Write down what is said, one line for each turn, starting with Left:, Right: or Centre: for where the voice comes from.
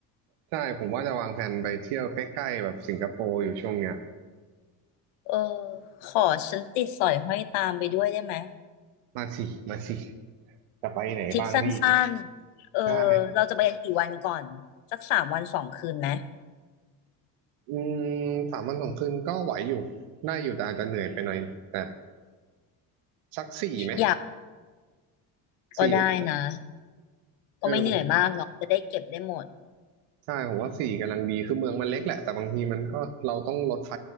Right: ใช่ผมว่าจะวางแผนไปเที่ยวใกล้ๆแบบสิงคโปร์อยู่ช่วงเนี้ย
Left: เออขอฉันติดสอยห้อยตามไปด้วยได้ไหม
Right: มาสิ มาสิ จะไปไหนบ้างพี่
Left: ทริปสั้นๆเออเราจะไปกันกี่วันก่อนสักสามวันสองคืนไหม
Right: ใช่อืมสามวันสองคืนก็ไหวอยู่ได้อยู่แต่อาจจะเหนื่อยไปหน่อยแต่สักสี่ไหม
Left: อยากก็ได้นะ
Right: สี่วันเออผม
Left: ก็ไม่เหนื่อยมากเนาะจะได้เก็บได้หมด
Right: ใช่ผมว่าสี่กำลังดี คือเมืองมันเล็กแหละ แต่บางทีมันก็เราต้องรถไฟ